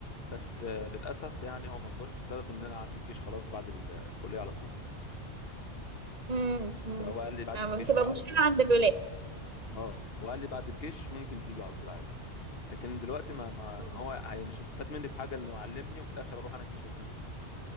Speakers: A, on the left; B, on the right.
A: بس آه، للاسف يعني هو مرضاش بسبب ان انا عندي الجيش خلاص بعد الكليه على طول
B: امم
A: فهو
B: امم
A: قال لي بعد
B: آه،
A: الجيش
B: بتبقى
A: بقى على
B: مشكلة
A: طول
B: عند الولاد
A: اه هو قال لي بعد الجيش ممكن تيجي على طول عادي لكن دلوقتي ما ما,
B: مم.
A: ما هو هي مش هيستفاد مني بحاجه انه يعلمني وفي الاخر اروح انا الجيش واسيبه